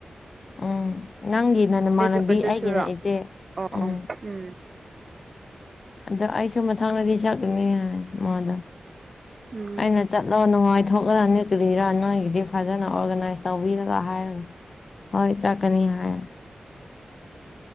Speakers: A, on the left; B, on the right.
A: ꯎꯝ ꯅꯪꯒꯤꯅ ꯅꯃꯥꯟꯅꯕꯤ
B: ꯆꯦꯗꯨꯗꯨꯁꯨꯔꯣ
A: ꯑꯩꯒꯤꯅ ꯏꯆꯦ
B: ꯑꯣ
A: ꯎꯝ
B: ꯑꯣ ꯎꯝ
A: ꯑꯗꯨ ꯑꯩꯁꯨ ꯃꯊꯪꯅꯗꯤ ꯆꯠꯀꯅꯤ ꯍꯥꯏ ꯃꯥꯗ
B: ꯎꯝ
A: ꯑꯩꯅ ꯆꯠꯂꯣ ꯅꯨꯡꯉꯥꯏꯊꯣꯛꯂ ꯅꯤꯂꯤꯔꯥ ꯅꯣꯏꯒꯤꯗꯤ ꯐꯖꯅ ꯑꯣꯔꯒꯅꯥꯏꯁ ꯇꯧꯕꯤꯔꯒ ꯍꯥꯏꯔꯒ ꯍꯣꯏ ꯆꯥꯛꯀꯅꯤ ꯍꯥꯏꯌꯦ